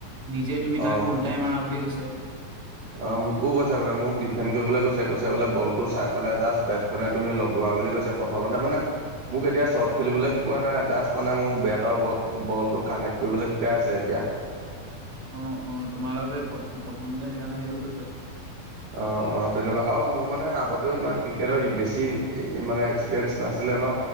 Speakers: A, on the right; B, on the right.
A: নিজে তুমি তাক
B: অ
A: ওলটাই মাৰা বুলি কৈছে।
B: অ মোকো কৈছে মানে মোক ডিফেণ্ড কৰিবলৈ কৈছে, কৈছে বোলে বলটো চাই পেলাই জাষ্ট বেট খনে তুমি লগোৱা বুলি কৈছে প্ৰথমতে মানে মোক এতিয়া শ্বৰ্ট খেলিবলৈ শিকোৱা নাই জাষ্ট মানে মোৰ বেট আৰু বলটো, বলটো কানেক্ট কৰিবলৈ শিকাই আছে এতিয়া।
A: অ', অ' তোমালোকে প্ৰথম প্ৰথম যে সেইকাৰণে সেইটো কৈছে।
B: অ', অ' তেনেকুৱা আৰু মোৰ মানে আগতেও ইমান ক্ৰিকেটৰ বেছি মানে এক্সপিৰিয়েন্ঞ্চ নাছিলে ন,